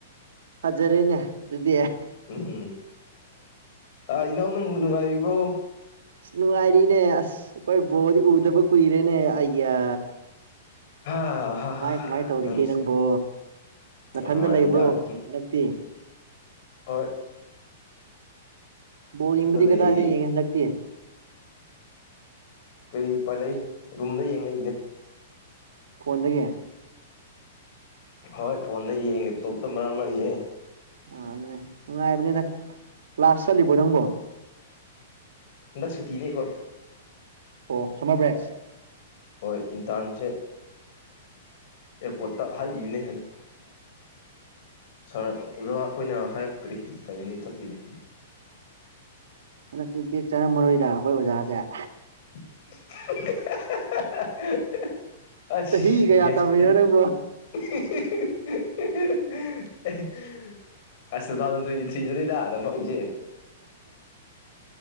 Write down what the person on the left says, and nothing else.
ꯎꯝꯝ ꯍ ꯏꯅꯥꯎ ꯅꯪꯕꯨ ꯅꯨꯡꯉꯥꯏꯔꯤꯕ꯭ꯔꯣ
ꯍꯥ ꯍꯥ
ꯅꯪꯁꯦ
ꯅꯨꯡꯉꯥꯏꯔꯤꯗ
ꯑꯗꯨꯝ
ꯍꯣꯏ
ꯏꯊꯟꯇ
ꯂꯩꯌꯦ
ꯀꯔꯤ ꯄꯥꯜꯂꯛꯏ ꯔꯨꯝꯗ ꯌꯦꯡꯛꯏꯅꯦ
ꯍꯣꯏ ꯐꯣꯟꯗ ꯌꯦꯡꯉꯦ ꯂꯦꯞꯇꯣꯞꯇ ꯃꯔꯛ ꯃꯔ ꯌꯦꯡꯉꯦ
ꯍꯟꯗꯛ ꯁꯨꯇꯅꯦꯈꯣꯏ
ꯍꯣꯏ ꯏꯟꯇꯥꯟꯁꯦ ꯑꯦ ꯄꯇꯥ ꯇ ꯍꯥꯏꯕ ꯌꯨꯅꯦ ꯁꯥꯔ ꯑꯣꯖꯥ ꯑꯩꯈꯣꯏꯅ ꯍꯥꯏꯔꯛꯇ꯭ꯔꯤ ꯀꯔꯤ ꯍꯥꯏꯅ ꯆꯠꯇꯣꯏꯅꯣ
<unintelligible> ꯑꯁ
ꯃꯦꯆꯕꯗꯤ
<unintelligible>
ꯑꯁ ꯇꯨ ꯊꯥꯎꯖꯟ ꯇ꯭ꯋꯦꯟꯇꯤ ꯗꯅꯤꯗ ꯇꯝꯛ ꯏꯁꯦ